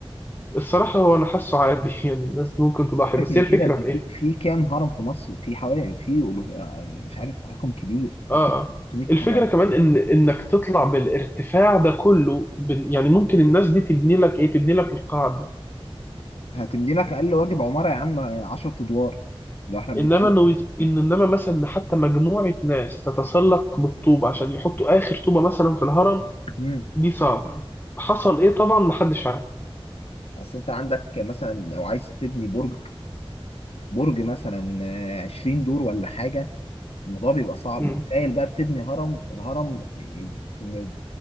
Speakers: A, on the left; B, on the left.
A: الصراحة هو انا حاسه عادي <laughs> يعني الناس ممكن تضحي
B: سيبك
A: بس
B: من
A: هي
B: كده
A: الفكرة
B: انت
A: في ايه
B: في في كام هرم في مصر في حوالي في مش عارف رقم كبير
A: اه آه.
B: 600
A: الفكرة
B: هرم
A: كمان ان انك تطلع بالارتفاع ده كله بن- يعني ممكن الناس دي تبني لك ايه تبني لك القاعدة
B: هتبني لك اقل واجب عمارة يا عم 10 ادوار لو احنا بنتكلم
A: انما انه يت- ان انما مثلا إن حتى مجموعة ناس تتسلق بالطوب عشان يحطوا اخر طوبة مثلا في الهرم
B: امم
A: دي صعبة حصل ايه طبعا محدش عارف
B: اصل انت عندك مثلا لو عايز تبني برج برج مثلا آه، 20 دور ولا حاجة الموضوع بيبقى صعب
A: مم.
B: تخيل بقى بتبني هرم الهرم آه، فيما